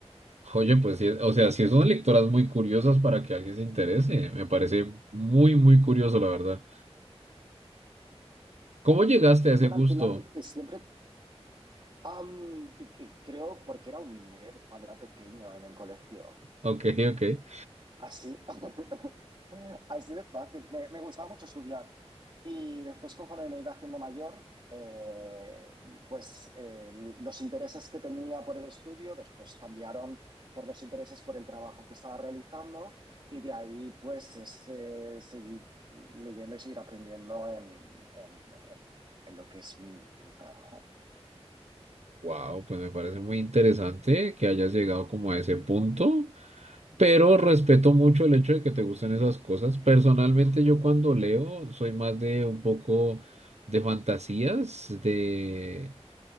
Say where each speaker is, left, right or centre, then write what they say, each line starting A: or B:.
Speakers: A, on the right; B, on the right.
A: Oye, pues sí, o sea, sí son lectoras muy curiosas para que alguien se interese. Me parece muy, muy curioso, la verdad. ¿Cómo llegaste a ese
B: Bueno,
A: gusto?
B: al final eh, siempre Am, de que creo porque era un nerd cuando era pequeño en el colegio.
A: Ok, ok.
B: Así, <laughs> así de fácil. Me, me gustaba mucho estudiar. Y después, conforme me iba haciendo mayor, eh, pues eh, los intereses que tenía por el estudio después cambiaron por los intereses por el trabajo que estaba realizando. Y de ahí, pues, es, eh, seguir leyendo y seguir aprendiendo en, en- en- en lo que es mi mi trabajo.
A: Wow, pues me parece muy interesante que hayas llegado como a ese punto. Pero respeto mucho el hecho de que te gusten esas cosas. Personalmente, yo cuando leo soy más de un poco de fantasías, de